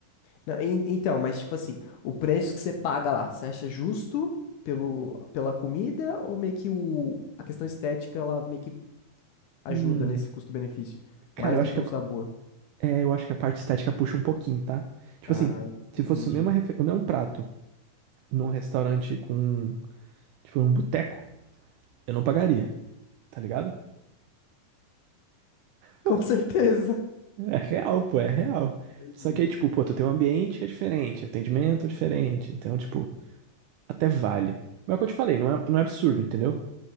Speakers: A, on the left; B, on the right.
A: Não, en- então, mas tipo assim, o preço que você paga lá, você acha justo pelo, pela comida ou meio que o, a questão estética ela meio que ajuda
B: Hum,
A: nesse custo-benefício?
B: cara,
A: Mais
B: eu
A: do
B: acho
A: que
B: que
A: o
B: a,
A: sabor.
B: é, eu acho que a parte estética puxa um pouquinho, tá? Tipo
A: Ah,
B: assim, se
A: entendi.
B: fosse o mesmo, refe- o mesmo prato num restaurante com, tipo, num boteco, eu não pagaria, tá ligado? Pô,
A: <laughs> Com certeza.
B: é real, pô, é real.
A: Entendi.
B: Só que aí, tipo, pô, tu tem um ambiente que é diferente, atendimento diferente, então, tipo, até vale. Mas é o que eu te falei, não é, não é absurdo, entendeu?